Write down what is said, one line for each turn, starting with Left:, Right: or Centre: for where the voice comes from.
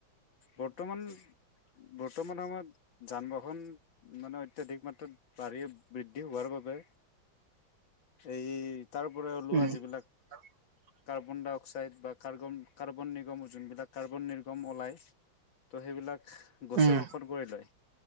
Left: বৰ্তমান বৰ্তমান সময়ত যান, বাহন মানে অত্যাধিক মাত্ৰাত বাঢ়ি বৃদ্ধি হোৱাৰ বাবে এই তাৰ পৰা ওলোৱা
Right: উম
Left: যিবিলাক
Right: <unintelligible>
Left: কাৰ্বন ডাই অক্সাইড বা কাৰ্গন কাৰ্বন নিৰ্গম যোনবিলাক কাৰ্বন, নিৰ্গম ওলায়। ত, সেইবিলাক গছে
Right: উম
Left: শোষন কৰি লয়।